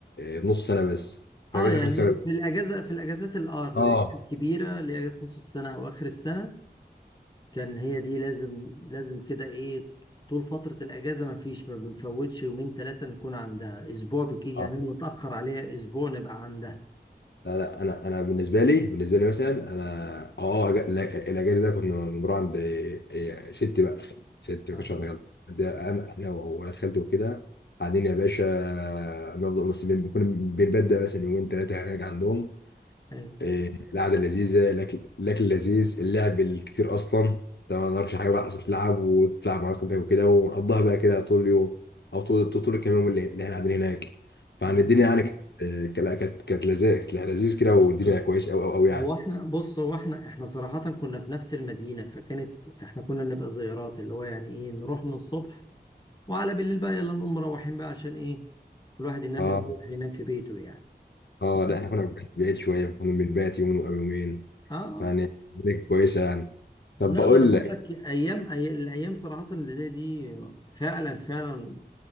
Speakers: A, on the left (about 75°); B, on the left (about 25°).
A: آه، نص سنه بس في
B: آه،
A: اجازه
B: يعني
A: اخر السنه
B: في الاجازة في الاجازات الار اللي
A: اه
B: هي الكبيرة اللي هي اجازة نص السنة او اخر السنة كان هي دي لازم لازم كده ايه طول فترة الاجازة ما فيش ما بنفوتش يومين ثلاثة نكون عندها اسبوع بكي يعني
A: اه
B: نتأخر عليها اسبوع نبقى عندها
A: لا لا انا انا بالنسبه لي بالنسبه لي مثلا انا اه أج- لا، الاجازه ده كنا بنروح عند إيه، ستي بقى ستي
B: اه
A: ما كنتش عند جد ده انا انا وولاد خالتي وكده قاعدين يا باشا نفضل بس بن- بنكون بنبدأ مثلا يومين ثلاثه هناك عندهم
B: ايوه
A: إيه، القعده لذيذه الاكل الاكل لذيذ اللعب الكتير اصلا طبعا ما نعرفش حاجه بقى اصلا تلعب وتلعب مع ناس وكده ونقضيها بقى كده طول اليوم او طول طول طول الكام يوم اللي اللي احنا قاعدين هناك فعن
B: بالظبط
A: الدنيا يعني كانت آه، كانت كانت لذيذ كانت لذيذ كده والدنيا كويس قوي قوي قوي يعني
B: هو احنا بص هو احنا احنا صراحة كنا في نفس المدينة فكانت احنا كنا نبقى زيارات اللي هو يعني ايه نروح من الصبح وعلى بالليل بقى يلا نقوم مروحين بقى عشان ايه كل واحد ينام
A: اه
B: يروح ينام في بيته يعني
A: اه
B: بس
A: لا احنا كنا بعيد شويه كنا بنبات يوم او يومين
B: اه آه.
A: يعني الدنيا كانت كويسه يعني
B: لا
A: طب بقول
B: ما انا بقول
A: لك
B: لك ايام أي... الايام صراحة اللي زي دي فعلا فعلا